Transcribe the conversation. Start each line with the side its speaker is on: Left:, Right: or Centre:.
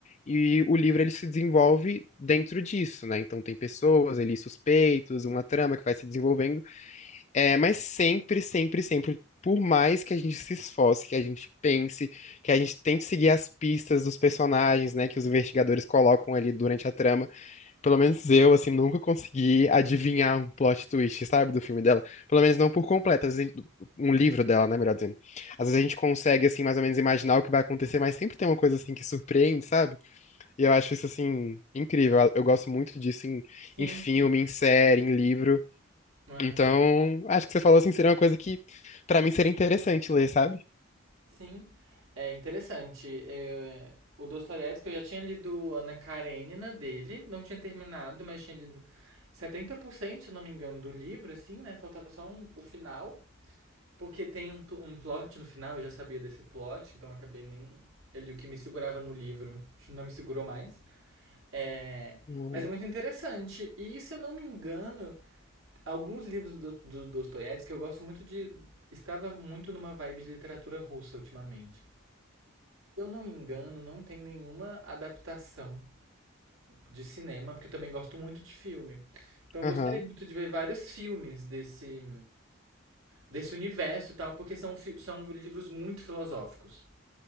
Left: e o livro ele se desenvolve dentro disso, né? Então tem pessoas ali, suspeitos, uma trama que vai se desenvolvendo, é, mas sempre, sempre, sempre. Por mais que a gente se esforce, que a gente pense, que a gente tente seguir as pistas dos personagens, né, que os investigadores colocam ali durante a trama, pelo menos eu, assim, nunca consegui adivinhar um plot twist, sabe, do filme dela. Pelo menos não por completo, às vezes, um livro dela, né, melhor dizendo. Às vezes a gente consegue, assim, mais ou menos imaginar o que vai acontecer, mas sempre tem uma coisa, assim, que surpreende, sabe? E eu acho isso, assim, incrível. Eu, eu gosto muito disso em,
Right: Sim,
Left: em filme,
Right: sim.
Left: em série, em livro.
Right: Aham.
Left: Então, acho que você falou, assim, seria uma coisa que, pra mim, seria interessante ler, sabe?
Right: Sim, é interessante. É, o Dostoiévski, eu já tinha lido Ana Karenina dele, não tinha terminado, mas tinha lido 70% se eu não me engano, do livro, assim, né? Faltava só um- o final, porque tem um, pl- um plot no final, eu já sabia desse plot, então acabei nem... Ele, o que me segurava no livro, <laughs> não me segurou mais. É,
Left: Uhum,
Right: mas é muito interessante. E, se eu não me engano, alguns livros do, do Dostoiévski que eu gosto muito de. Estava muito numa vibe de literatura russa ultimamente. Se eu não me engano, não tem nenhuma adaptação de cinema, porque eu também gosto muito de filme. Então eu
Left: aham,
Right: gostaria muito de ver vários filmes desse, desse universo e tal, porque são, fi- são livros muito filosóficos.